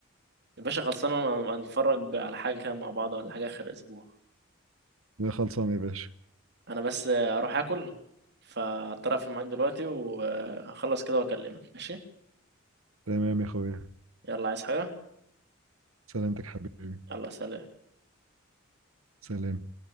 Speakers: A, on the right; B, on the right.
A: يا باشا خلصانة انا اتفرج على حاجة كده مع بعض ولا حاجة اخر اسبوع
B: خلصانه يا باشا
A: انا بس آه، اروح اكل فاضطر اقفل معاك دلوقتي وهخلص كده واكلمك ماشي
B: تمام يا اخويا
A: يلا عايز حاجة
B: سلامتك حبيبي
A: يلا سلام
B: سلام